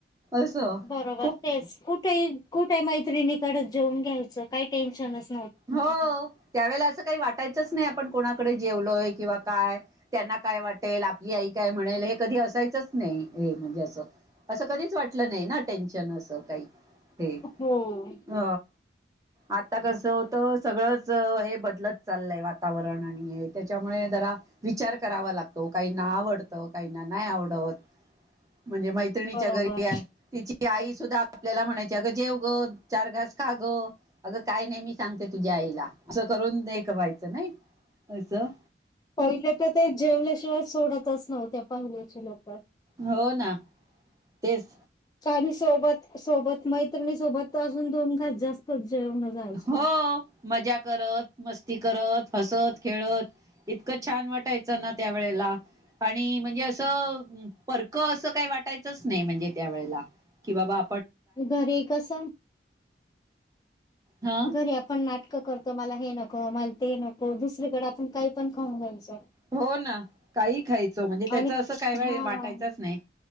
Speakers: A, on the right (about 20°); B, on the left (about 20°).
A: असं
B: बरोबर
A: खूप
B: तेच कुठे कुठे मैत्रिणीकडच जेऊन घ्यायचं काही टेन्शन अस
A: हो त्यावेेळेला असं काही वाटायचंच नाही आप आपण कोणाकडे जेवलोय किंवा काय त्यांना काय वाटेल आपली आई काय म्हणेल हे कधी असायचंच नाही नाही हे म्हणजे अस असं कधीच वाटलं नाही ना टेन्शन अस काही ते
B: हो.
A: अ आता कस होत सगळंच हे बदलत चाललंय वातावरण आणि त्याच्यामुळे जरा विचार करावा लागतो काही ना आवडत काही ना नाही आवडत म्हणजे मैत्रिणीच्या
B: बरोबर
A: घरी ति आई सुधा आपल्याला म्हणाय अग जेव ग चार घास खा ग अग काय नाही सांगते तुझ्या आईला असं करून कवायचं नाही असं
B: पहिले तर ते जेवल्याशिवाय सोडतच नव्हत्या पहिल्याच्या लोक
A: हो ना तेच
B: आणि सोबत सोबत मैत्रिणी सोबत अजून दोन घास जास्तच जेवण जायचे.
A: हो मजा करत मस्ती करत हसत खेळत इतकं छान वाटायचं ना त्या वेळेला आणि म्हणजे असं परक असं काय वाटायच नाही म्हणजे त्या वला क बा
B: घर कस
A: ह
B: घरी आपण नाट इक करतो मला हे नको मला ते नको दुसरीकडे आपण काही पण खाऊन घ्यायचं
A: हो ना काही खायचं म्हणजे त्याच
B: आणि
A: असं काही वेळ
B: हा
A: वाटायचच नाही